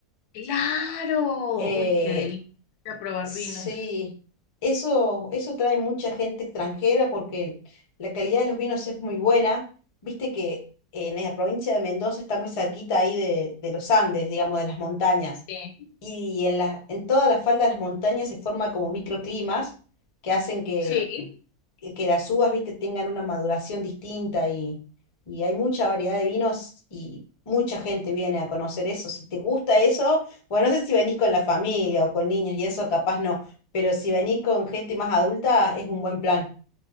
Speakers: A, on the left; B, on the left.
A: Claro,
B: eh
A: uy, qué delicia probar
B: Sí,
A: vinos.
B: eso, eso trae mucha gente extranjera porque el- la calidad de los vinos es muy buena. Viste que en la provincia de Mendoza está muy cerquita ahí de, de los Andes, digamos, de las montañas.
A: Sí,
B: Y en la, en toda la falda de las montañas se forma como microclimas que hacen que,
A: sí,
B: que que las uvas, viste, tengan una maduración distinta y, y hay mucha variedad de vinos y mucha gente viene a conocer eso. Si te gusta eso, bueno, no sé si venís con la familia o con niños y eso, capaz no, pero si venís con gente más adulta, es un buen plan.